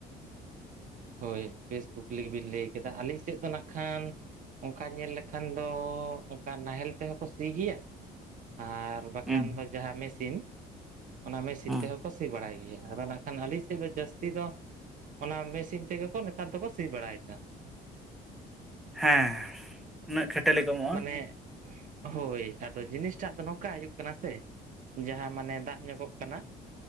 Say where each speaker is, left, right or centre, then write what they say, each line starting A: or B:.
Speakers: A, on the right; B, in the centre.
A: ᱦᱳᱭ ᱵᱮᱥ ᱠᱩᱠᱞᱤ ᱵᱤᱱ ᱞᱟᱹᱭ ᱠᱟᱫᱟ ᱟᱹᱞᱤᱧ ᱥᱮᱫ ᱫᱚ ᱱᱟᱜ ᱠᱷᱟᱱ ᱚᱱᱠᱟ ᱧᱮᱞ ᱞᱮᱠᱷᱟᱱ ᱫᱚ ᱚᱱᱠᱟ ᱱᱟᱦᱮᱞ ᱛᱮᱦᱚᱸᱠᱚ ᱜᱮᱭᱟ ᱟᱨ ᱵᱟᱠᱷᱟᱱ
B: ᱦᱩᱸ
A: ᱫᱚ ᱡᱟᱦᱟᱸ ᱢᱮᱥᱤᱱ ᱚᱱᱟ ᱢᱮᱥᱤᱱ
B: ᱦᱩᱸ
A: ᱛᱮᱦᱚᱸ ᱠᱚ ᱥᱤ ᱵᱟᱲᱟᱭ ᱜᱮᱭᱟ ᱟᱫᱚ ᱠᱷᱟᱱ ᱟᱞᱤᱧ ᱥᱮᱫ ᱫᱚ ᱡᱟᱹᱥᱛᱤ ᱫᱚ ᱚᱱᱟ ᱢᱮᱥᱤᱱ ᱛᱮᱜᱮ ᱠᱚ ᱱᱮᱛᱟᱨ ᱫᱚᱠᱚ ᱥᱤ ᱵᱟᱲᱟᱭᱫᱟ
B: ᱦᱮᱸ ᱩᱱᱟᱹᱜ ᱠᱷᱟᱹᱴᱟᱹᱞᱤ ᱠᱚᱢᱚᱜ
A: ᱢᱟᱱᱮ ᱦᱳᱭ ᱟᱫᱚ ᱡᱤᱱᱤᱥᱴᱟᱜ ᱫᱚ ᱱᱚᱝᱠᱟ ᱦᱩᱭᱩᱜ ᱠᱟᱱᱟ ᱥᱮ ᱡᱟᱦᱟᱸ ᱢᱟᱱᱮ ᱫᱟᱜ ᱧᱚᱜᱚᱜ ᱠᱟᱱᱟ